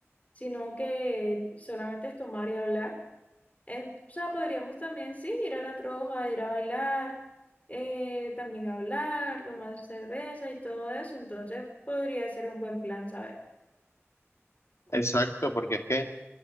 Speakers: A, on the left; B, on the left.
A: sino que solamente es tomar y hablar. En- o sea, podríamos también, sí, ir a la troja, ir a bailar, eh, también hablar, tomar cerveza y todo eso. Entonces podría ser un buen plan, ¿sabes?
B: Exacto, porque es que